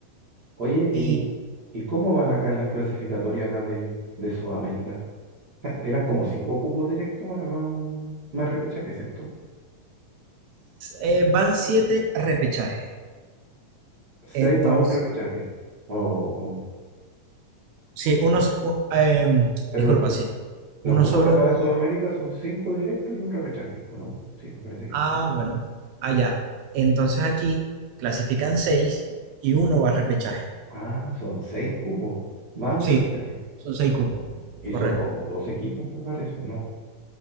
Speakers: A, on the right (about 70°); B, on the right (about 85°).
A: Oye, ¿y,
B: Y
A: y cómo van acá en las clasificatorias acá de, de Sudamérica? Ja, Eran como cinco cupos directos, ahora va un más repechaje, ¿cierto?
B: eh, van siete repechajes.
A: Seis
B: Entonces,
A: más un repechaje, o, o cómo.
B: sí, uno, s- u- em,
A: Pero
B: disculpa,
A: lo-
B: sí.
A: los
B: Uno
A: cupos
B: solo
A: de acá de
B: va
A: Sudamérica son cinco directos y un repechaje, ¿o no? Sí, me parece que
B: Ah,
A: sí.
B: bueno, allá. Entonces aquí clasifican seis y uno va a repechaje.
A: Ah, son seis cupos, va un
B: Sí,
A: repechaje.
B: son seis cupos,
A: Y
B: correcto.
A: son como dos equipos, me parece, ¿o no?